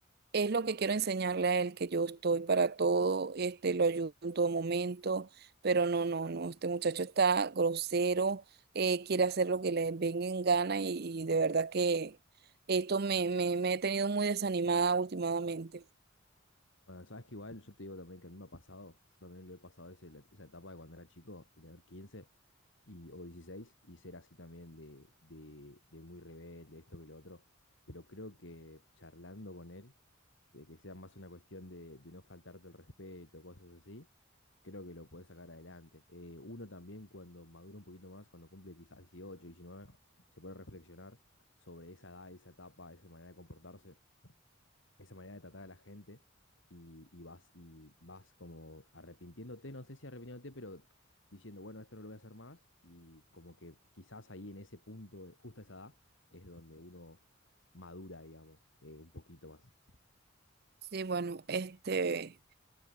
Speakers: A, on the right; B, on the left.
A: es lo que quiero enseñarle a él, que yo estoy para todo, este, lo ayudo en todo momento, pero no, no, no, este muchacho está grosero, eh, quiere hacer lo que le venga en gana y, y de verdad que esto me, me, me he tenido muy desanimada últimamente.
B: Bueno, sabes que igual yo te digo también que a mí me ha pasado, yo también lo he pasado ese- la- esa etapa de cuando era chico, de tener 15 y, o 16 y ser así también de, de, de muy rebelde, esto que lo otro, pero creo que charlando con él, de que sea más una cuestión de, de no faltarte el respeto, cosas así, creo que lo podés sacar adelante. Eh, uno también cuando madura un poquito más, cuando cumple quizás 18, 19, se puede reflexionar sobre esa edad, esa etapa, esa manera de comportarse esa manera de tratar a la gente y, y vas, y vas como arrepintiéndote, no sé si arrepintiéndote, pero diciendo, bueno, esto no lo voy a hacer más y como que quizás ahí en ese punto, eh, justo a esa edad, es donde uno madura, digamos, eh, un poquito más.
A: Sí, bueno, este...